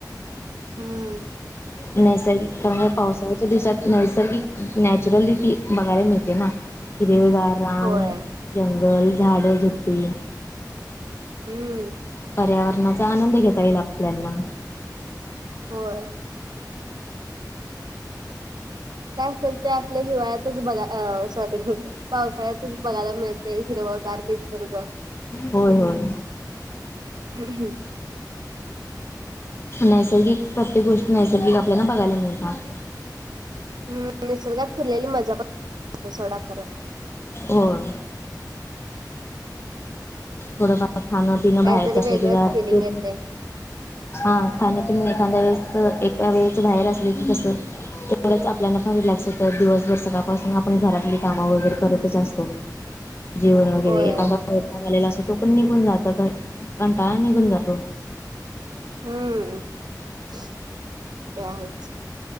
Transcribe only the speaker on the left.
नैसर्गिक कारण पावसाळच्या दिवसात नैसर्गिक नॅचरलि ती बघायला मिळते ना हिरवेगार रान
जंगल झाडं झुडपी
पर्यावरणाचा आनंद घेता येईल आपल्याना
होय, होय.
नैसर्गिक प्रत्येक गोष्टी नैसर्गिक आपल्याला बघायला मिळतात.
होय, थोडंफार खाणं पिणं
बाहेरचं
अस की ज
ते
हा खाण्यापिण्या एखाद्या वेळेस एका वेळेच बाहेर असली की कस तेवढंच आपल्याला फार रिलॅक्स होतं दिवसभर सकाळपासून आपण घरातली कामं वगैरे करतच असतो.
जीवन वगैरे
एखादा आलेला अस तो पण निघून जातो कंटाळा निघून जातो.